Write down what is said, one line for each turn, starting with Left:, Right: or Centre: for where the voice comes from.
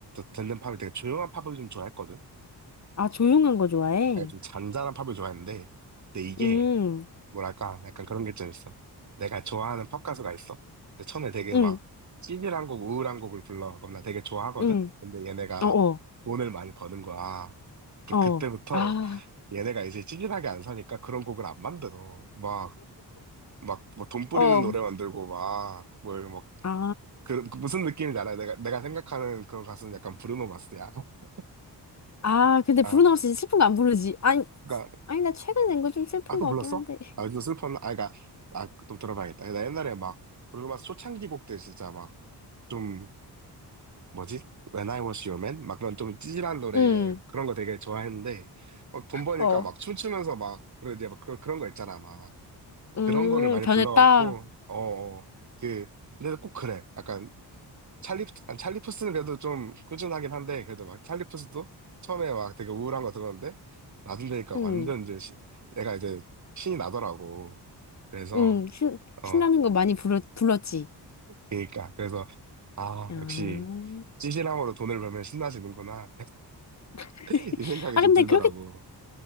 Right: 듣는 팝이 되게 조용한 팝을 좀 좋아했거든.
Left: 아, 조용한 거 좋아해?
Right: 아니 좀 잔잔한 팝을 좋아했는데 근데 이게
Left: 음.
Right: 뭐랄까, 약간 그런 게 좀 있어. 내가 좋아하는 팝 가수가 있어. 근데 처음에 되게
Left: 응.
Right: 막 찌질한 곡, 우울한 곡을 불러. 그럼 나 되게 좋아하거든?
Left: 응.
Right: 근데 얘네가
Left: 어어.
Right: 돈을 많이 버는 거야. 그럼
Left: 어.
Right: 그때부터
Left: 아,
Right: 얘네가 이제 찌질하게 안 사니까 그런 곡을 안 만들어. 막, 막, 뭐 돈 뿌리는
Left: 어,
Right: 노래 만들고 막, 뭘, 막,
Left: 아.
Right: 그, 그 무슨 느낌인지 알아? 내가, 내가 생각하는 그런 가수는 약간 브루노 마스야. <laughs>
Left: 아, 근데
Right: 아,
Left: 브루노가 진 슬픈 거 안 부르지. 아니,
Right: 그니까,
Left: 아니, 나 최근에 낸 거 좀 슬픈
Right: 아, 또
Left: 거
Right: 불렀어?
Left: 같긴 한데. <laughs>
Right: 아, 요즘 슬퍼. 아, 그니까, 아, 좀 들어봐야겠다. 나 옛날에 막, 브루노 마스 초창기 곡들 진짜 막, 좀 뭐지? When I Was Your Man? 막 그런 좀 찌질한 노래
Left: 응,
Right: 그런 거 되게 좋아했는데 막 돈 버니까
Left: 어,
Right: 막 춤추면서 막 그런 이제 막 그런 그런 거 있잖아 막
Left: 음,
Right: 그런 거를 많이
Left: 변했다.
Right: 불러갖고 어그 근데 꼭 그래 약간 찰리 아니, 찰리 푸스는 그래도 좀 꾸준하긴 한데 그래도 막 찰리 푸스도 처음에 막 되게 우울한 거 들었는데 나중 되니까
Left: 음,
Right: 완전 이제 시, 내가 이제 신이 나더라고 그래서
Left: 음, 신,
Right: 어
Left: 신나는 거 많이 불러, 불렀지.
Right: 그러니까 그래서 아
Left: 아.
Right: 역시 찌질함으로 돈을 벌면 신나지는구나
Left: <laughs>
Right: <laughs> 이 생각이
Left: 아,
Right: 좀
Left: 근데
Right: 들더라고.
Left: 그렇게,